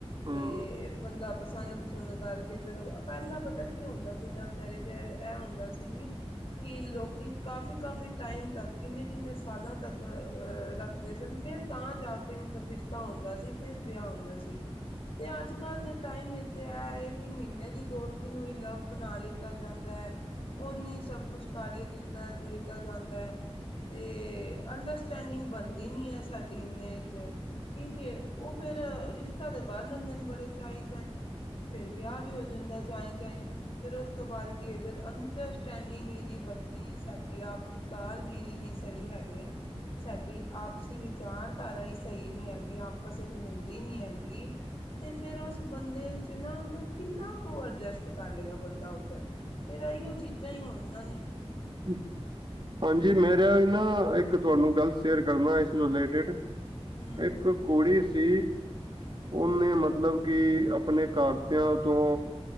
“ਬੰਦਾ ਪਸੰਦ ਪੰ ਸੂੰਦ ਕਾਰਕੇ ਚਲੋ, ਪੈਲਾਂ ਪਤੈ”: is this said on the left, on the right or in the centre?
Left